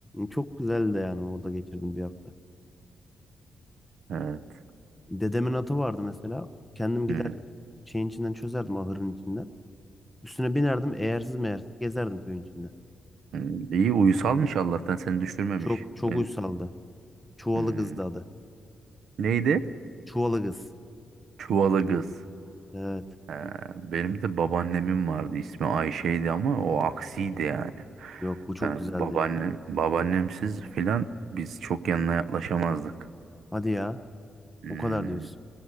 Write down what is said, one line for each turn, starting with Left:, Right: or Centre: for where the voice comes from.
Centre: Çok güzeldi de yani orada geçirdim bir hafta.
Right: Evet.
Centre: Dedemin atı vardı mesela. Kendim gider
Right: Hmm.
Centre: şeyin içinden çözerdim ahırın içinden. Üstüne binerdim eğersiz meğersiz gezerdim köyün içinde.
Right: Hmm. İyi uyusalmış Allah'tan seni düşürmemiş.
Centre: Çok çok
Right: Ben
Centre: uysaldı. Çuvalı
Right: Hmm.
Centre: kızdı adı.
Right: Neydi?
Centre: Çuvalı kız.
Right: Çuvalı kız.
Centre: Evet.
Right: He, benim de babaannemin vardı. ismi Ayşe'ydi ama o aksiydi yani.
Centre: Yok bu çok
Right: He,
Centre: güzeldi
Right: babaannem,
Centre: ya.
Right: babaannemsiz filan biz çok yanına yaklaşamazdık.
Centre: Hadi ya.
Right: Hmm.
Centre: O kadar diyorsun.